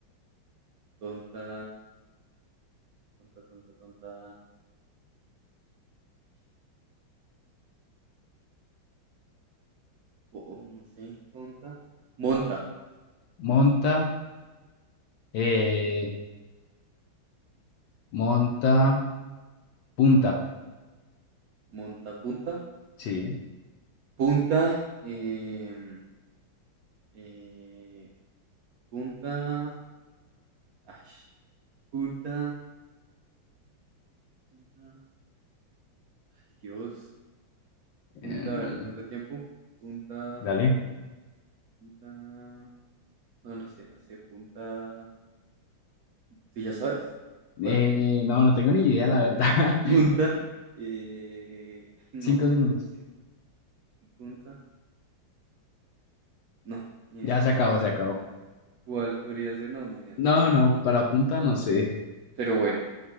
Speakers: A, on the right (about 60°); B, on the left (about 70°).
A: tonta, tonta, tonta, tonta. o- no sé, tonta. Monta,
B: monta. Eh, monta, punta.
A: monta, punta,
B: Sí,
A: punta, em, eh, punta. Ash, Punta. Punta. Ay, Dios. Punta,
B: Eh,
A: a ver, ¿cuánto tiempo? Punta.
B: dale.
A: Punta. No, no sé, no sé. Punta. ¿Tú ya sabes? ¿Cuál?
B: eh, no, no tengo ni idea, la verdad.
A: <laughs>
B: <laughs>
A: Punta. eh, Ay, no,
B: Cinco segundos.
A: bro, no sé. Punta. No, ni
B: Ya
A: idea.
B: se acabó,
A: No.
B: se acabó.
A: ¿Cuál podría ser? No, ni idea.
B: No, no, para punta no sé.
A: Pero bueno,